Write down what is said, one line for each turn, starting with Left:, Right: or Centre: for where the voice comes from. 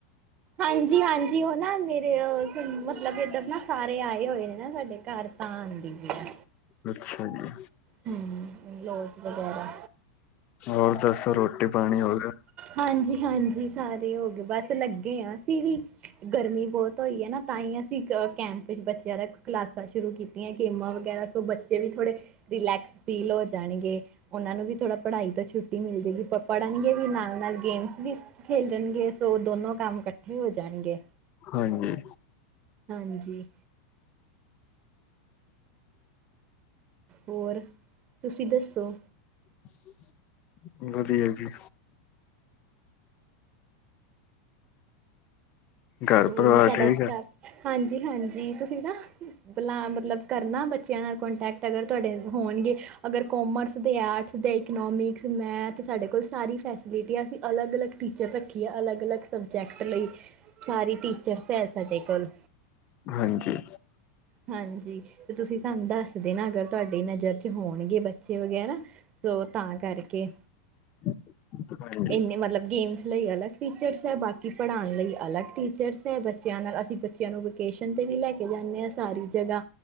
Right: ਹਾਂਜੀ ਹਾਂਜੀ ਉਹ ਨਾ ਮੇਰੇ ਮਤਲਬ ਇੱਧਰ ਨਾ ਸਾਰੇ ਆਏ ਹੋਏ ਨੇ ਨਾ ਸਾਡੇ ਘਰ। ਤਾਂ ਆਂਦੀ ਬੀ ਏ
Left: ਅੱਛਾ ਜੀ।
Right: ਹਮ ਲੋਕ ਵਗੈਰਾ
Left: ਹੋਰ ਦੱਸੋ ਰੋਟੀ ਪਾਣੀ ਹੋ ਗਿਆ?
Right: ਹਾਂਜੀ ਹਾਂਜੀ ਸਾਰੇ ਹੋ ਗਏ ਬਸ ਲੱਗੇ ਆਂ ਅਸੀਂ ਵੀ। ਗਰਮੀ ਬਹੁਤ ਹੋਈ ਹੈ ਨਾ ਤਾਂ ਹੀ ਅਸੀ ਕ ਕੈਂਪ ਵਿੱਚ ਬੱਚਿਆਂ ਦਾ ਕਲਾਸਾਂ ਸ਼ੁਰੂ ਕੀਤੀਆਂ ਗੇਮਾਂ ਵਗੈਰਾ ਸੋ ਬੱਚੇ ਵੀ ਥੋੜ੍ਹੇ ਰਿਲੈਕਸ ਫੀਲ ਹੋ ਜਾਣਗੇ ਉਹਨਾਂ ਨੂੰ ਵੀ ਥੋੜ੍ਹਾ ਪੜ੍ਹਾਈ ਤੋਂ ਛੁੱਟੀ ਮਿਲ ਜਾਏਗੀ ਪੜ੍ਹਨਗੇ ਵੀ ਨਾਲ ਨਾਲ ਗੇਮਸ ਵੀ ਖੇਲਣਗੇ ਸੋ ਦੋਨੋ ਕੰਮ ਹੋ ਜਾਣਗੇ
Left: ਹਾਂਜੀ
Right: ਹਾਂਜੀ ਹੋਰ, ਤੁਸੀਂ ਦੱਸੋ
Left: <inaudible> ਵਧੀਆ ਜੀ ਘਰ
Right: ਕੋਈ
Left: ਪਰਿਵਾਰ
Right: ਨਹੀਂ ਸਾਡਾ
Left: ਠੀਕ
Right: ਸਟਾਫ,
Left: ਹੈ
Right: ਹਾਂਜੀ- ਹਾਂਜੀ ਤੁਸੀਂ ਨਾ ਬਲਾ ਮਤਲਬ ਕਰਨਾ ਬੱਚਿਆਂ ਨਾਲ ਕੋਂਟੈਕਟ, ਅਗਰ ਤੁਹਾਡੇ ਹੋਣਗੇ, ਅਗਰ ਕੋਮਰਸ ਦੇ ਆਰਟਸ ਦੇ ਇਕੋਨੋਮਿਕਸ, ਮੈਥ ਸਾਡੇ ਕੋਲ ਸਾਰੀ ਫੈਸ ਜਿਟੀਆਂ ਅਸੀਂ ਅਲੱਗ ਅਲਗ ਟੀਚਰ ਰੱਖੀਆਂ, ਅਲੱਗ- ਅਲਗ ਸਬਜੈਕਟ ਲਈ ਸਾਰੀ ਟੀਚਰਸ ਹੈ ਸਾਡੇ ਕੋਲ
Left: ਹਾਂਜੀ
Right: ਹਾਂਜੀ, ਤੇ ਤੁਸੀਂ ਸਾਨੂੰ ਦੱਸ ਦੇਣਾ, ਅਗਰ ਤੁਹਾਡੀ ਨਜ਼ਰ ਤੇ ਹੋਣਗੇ ਬੱਚੇ ਵਗੈਰਾ, ਸੋ ਤਾਂ ਕਰਕੇ
Left: <inaudible>
Right: ਇੰਨੇ ਮਤਲਬ ਗੇਮਸ ਲਈ ਅਲੱਗ ਟੀਚਰਸ ਹੈ, ਬਾਕੀ ਪੜ੍ਹਾਉਣ ਲਈ ਅਲੱਗ ਟੀਚਰਸ ਹੈ, ਬੱਚਿਆਂ ਨਾਲ ਅਸੀਂ ਬੱਚ ਬੱਚਿਆਂ ਨੂੰ ਵਕੇਸ਼ਨ ਤੇ ਵੀ ਲੈ ਕੇ ਜਾਂਦੇ ਹਾਂ ਸਾਰੀ ਜਗ੍ਹਾ